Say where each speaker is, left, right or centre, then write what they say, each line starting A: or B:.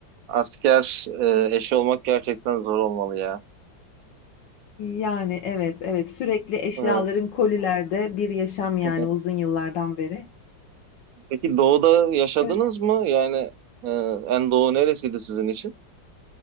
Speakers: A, on the right; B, on the left.
A: Asker e, eşi olmak gerçekten zor olmalı ya.
B: Yani evet evet sürekli eşyaların
A: Ee,
B: kolilerde bir yaşam yani
A: <laughs>
B: uzun yıllardan beri.
A: Peki doğuda yaşadınız
B: E,
A: mı? Yani e, en doğu neresiydi sizin için?